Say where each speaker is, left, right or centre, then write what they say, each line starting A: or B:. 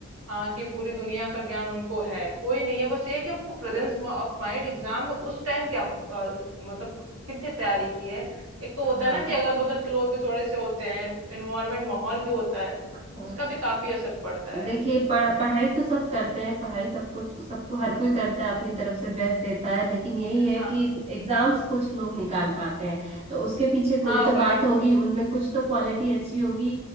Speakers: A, on the right; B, on the right.
A: हाँ कि पूरी दुनिया का ज्ञान उनको है कोई नहीं है बस ये है कि आपको प्रेजेंस ऑफ माइंड एग्जाम में उस टाइम क्या आप, अ, मतलब कितनी तैयारी की है एक तो होता
B: हाँ
A: है ना कि अगल बगल के लोग भी थोड़े से होते हैं एनवायरमेंट माहौल भी होता है
B: हाँ,
A: उसका भी काफी असर पड़ता है
B: देखिए पढ़, पढ़ाई तो सब करते हैं पढ़ाई सब कुछ सबको हर कोई करता है अपनी तरफ से बेस्ट देता है लेकिन यही है
A: हाँ
B: कि एग्जाम्स कुछ लोग निकाल पाते हैं तो उसके पीछे
A: हाँ
B: कोई तो
A: वही
B: बात होगी उनमें कुछ तो क्वालिटी अच्छी होगी